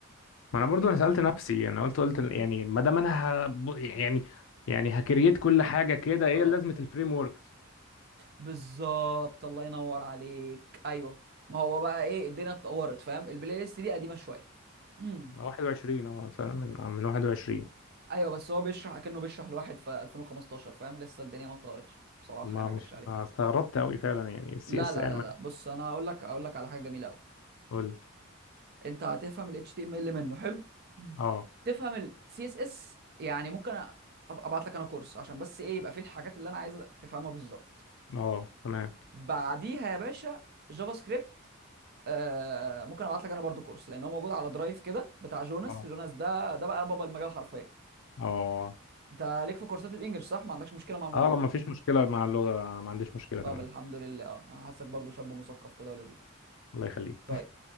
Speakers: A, on the left (about 65°); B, on the right (about 50°).
A: ما انا برضو
B: ال...
A: انا سألت نفسي انا قلت قلت يعني ما دام انا ه... يعني يعني هكريت كل حاجة كده ايه
B: اه
A: لازمة الفريم وركس
B: بالظبط الله ينور عليك ايوه ما هو بقى ايه الدنيا اتطورت فاهم البلاي ليست دي قديمه شويه <clears throat>
A: 21 اه مثلا من آه، من 21
B: ايوه بس هو بيشرح اكنه بيشرح لواحد في 2015 فاهم لسه الدنيا ما اتطورتش بصراحه
A: ما
B: يعني ما
A: مش
B: اكدبش عليك
A: ما استغربت قوي فعلا يعني السي
B: لا
A: اس
B: لا
A: انا
B: لا
A: ما
B: لا بص انا هقول لك هقول لك على حاجه جميله قوي
A: قول
B: انت هتفهم ال HTML منه حلو <clears throat>
A: اه
B: تفهم ال CSS يعني ممكن أ- ابعت لك انا كورس عشان بس ايه يبقى فيه الحاجات اللي انا عايزك تفهمها بالظبط
A: اه تمام
B: بعديها يا باشا جافا سكريبت آه، ممكن ابعت لك انا برضو كورس لان هو موجود على درايف كده بتاع جوناس
A: اه
B: جوناس ده ده بقى بابا المجال حرفيا
A: اه
B: انت ليك في كورسات الانجليش صح ما عندكش مشكله مع الموضوع
A: اه ما فيش مشكلة مع اللغة أنا ما عنديش مشكلة
B: طب
A: تمام
B: الحمد لله اه أنا حاسك برضو شاب مثقف كده ولذيذ
A: الله يخليك
B: طيب